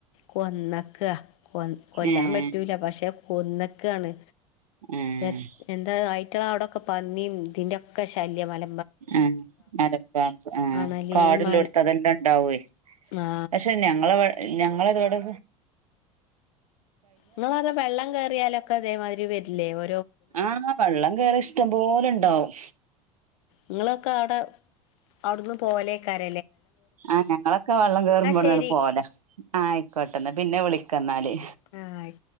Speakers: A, on the left; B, on the right.
A: കൊന്നക്ക. കൊ കൊല്ലാൻ
B: ഏഹ്
A: പറ്റൂല പക്ഷെ കൊന്നക്കാണ്.
B: ഏഹ്
A: എ എന്താ ആയിറ്റങ്ങളെവിടെൊക്കെ പന്നിം തിന്റെൊക്കെ ശല്യ മല
B: ആ മലമ്പാമ്പ് ആ
A: അണലി
B: കാടിലോട്ത്ത്
A: മൽ
B: അതെല്ലാം ണ്ടാവേ.
A: ആ
B: പക്ഷെ ഞങ്ങളെവ ഞങ്ങളവീടെ
A: ഇങ്ങളവ്ടെ വെള്ളം കേറിയാലൊക്കെ തേമാത്‌രി വെര്ലേ ഒ
B: ആഹ് വള്ളം കേറിയ ഇഷ്ടം പോലെണ്ടാവും.
A: ഇങ്ങളൊക്കെ അവ്ടെ അവ്ട്ന്ന് പോലേക്കാര
B: ആഹ് ഞങ്ങളൊക്കെ വള്ളം കേറുമ്പോ വ്ട്ന്നാണ്ട്
A: ശരി
B: പോല. ആ ആയിക്കോട്ടന്ന പിന്നെ വിളിക്കന്നാല്.
A: ആഹ് ആയ്